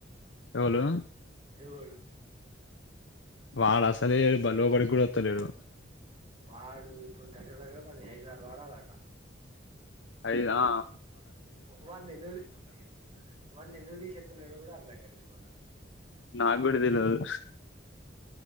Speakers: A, on the left; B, on the right.
A: ఎవళూ
B: జువ్వోళ్ళు
A: వాడ్ అసలే బ లోపడికి గూడ వత్తలేడు.
B: వాడు ఇప్పుడు దగ్గర దగ్గర పది ఐదు ఆరు వారాలట.
A: ఐదుఆ
B: వాన్నెందుకు తీ వాన్నెందుకు తీశేత్తలేడో కూడా అర్థం కాట్లేదు మళ్ళ.
A: నాక్కూడతెలవదు.